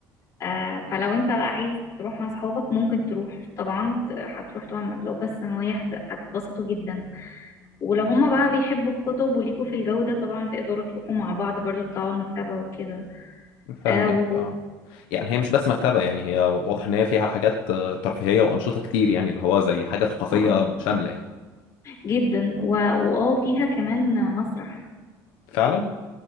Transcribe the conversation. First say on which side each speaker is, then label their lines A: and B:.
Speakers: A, on the left (about 45°); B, on the left (about 90°).
A: آه، فلو انت بقى عايز تروح مع اصحابك ممكن تروح طبعا آه، هتروح طبعا لو بس ثانوية هت- هتتبسطوا جدا ولو هما بقى بيحبوا الكتب وليكوا في الجو ده طبعا تقدروا تروحوا مع بعض برضو تطلعوا المكتبة وكده
B: فاهمك
A: اه و...
B: أه يعني هي مش بس مكتبة يعني هي واضح إن هي فيها حاجات آه، ترفيهية وأنشطة كتير يعني اللي هو زي حاجة ثقافية
A: اه
B: شاملة يعني
A: جدا و- واه فيها كمان مسرح
B: فعلا